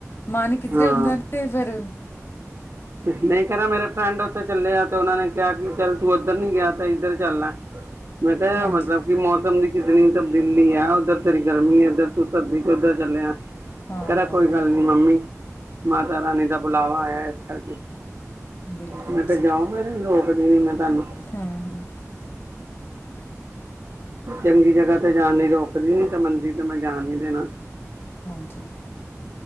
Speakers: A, on the left; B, on the right.
A: ਮਨ ਕਿੱਧਰੇ
B: ਹਾਂ
A: ਹੁੰਦਾ ਤੇ ਫੇਰ
B: ਨਹੀਂ ਕਰਾ ਮੇਰੇ ਫਰੈਂਡ ਔਥੇ ਚੱਲਿਆ ਤੇ ਉਹਨਾ ਨੇ ਕਿਹਾ ਕਿ ਚੱਲ ਤੂੰ ਉੱਧਰ ਨੀ ਗਿਆ ਤੇ ਇੱਧਰ ਚੱਲ ਲੈ ਮੈਂ ਕਿਹਾ
A: ਹਾਂਜੀ
B: ਮਤਲਬ ਕਿ ਮੌਸਮ ਦੀ ਕਿਤਨੀ ਤਬਦੀਲੀ ਆ ਉੱਧਰ ਤੇਰੀ ਗਰਮੀ ਇੱਧਰ ਤੂੰ ਸਰਦੀ ਚ ਉੱਧਰ ਚੱਲਿਆ
A: ਹਾਂ
B: ਕਹ ਰਿਆ ਕੋਈ
A: ਬਿਲਕੁਲ
B: ਗੱਲ ਨੀ ਮੰਮੀ ਮਾਤਾ ਰਾਣੀ ਦਾ ਬੁਲਾਵਾ ਆਇਆ ਇਸ ਕਰਕੇ
A: ਬਿਲਕੁਲ
B: ਮੈਂ ਕਿਹਾ ਜਾਓ ਫੇਰ ਰੋਕਦੀ ਨੀ ਮੈਂ ਤੁਹਾਨੂੰ
A: ਹਮ ਹਮ
B: ਚੰਗੀ ਜਗ੍ਹਾ ਤੇ ਜਾਣ ਲਈ ਮੈਂ ਰੋਕਦੀ ਨੀ ਤੇ ਮੰਨਦੀ ਤੇ ਮੈਂ ਜਾਣ ਨੀ ਦੇਣਾ
A: ਹਾਂਜੀ